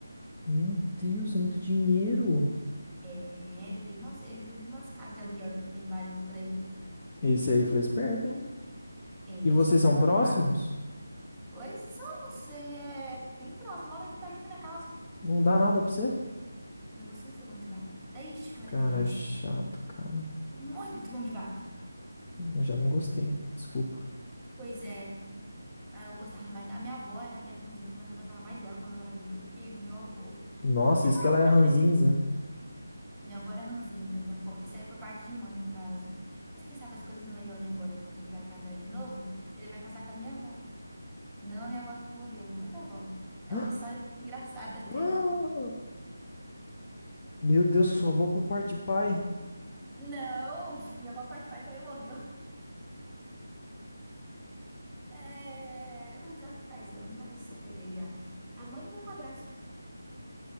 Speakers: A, on the left; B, in the centre.
A: Meu Deus, é muito dinheiro.
B: É, ele tem umas, ele vive de umas casas de aluguel que ele tem várias por aí.
A: Esse aí foi esperto, hein?
B: É,
A: E vocês
B: ele sempre foi
A: são
B: mão
A: próximos?
B: de vaca. Oi, somos, ele é bem próximo, mora aqui pertinho da minha casa.
A: Não dá nada pra você?
B: Eu vou sempre fui mão de vaca, desde que eu
A: Cara,
B: era criança.
A: chato, cara.
B: Muito mão de vaca.
A: Eu já não gostei. Desculpa.
B: Pois é, ah, eu gostava mais da... A minha avó era a minha ranzinza, mas eu gostava mais dela quando ela era viva do que do meu avô.
A: Nossa,
B: Mas agora,
A: isso que ela
B: quem
A: é
B: sabe,
A: ranzinza.
B: ele melhor. Minha avó era ranzinza, minha avó- isso aí é por parte de mãe, no caso. Mas quem sabe as coisas não melhorem agora, porque ele vai casar de novo, ele vai casar com a minha avó. Não a minha avó que morreu, outra avó. É
A: <gasps>
B: uma história engraçada <laughs> até.
A: Ah! Meu Deus, só vou por parte de pai.
B: Não, minha avó parte pai também morreu. É, eu dou risada que faz anos, mas eu superei já. A mãe do meu padrasto.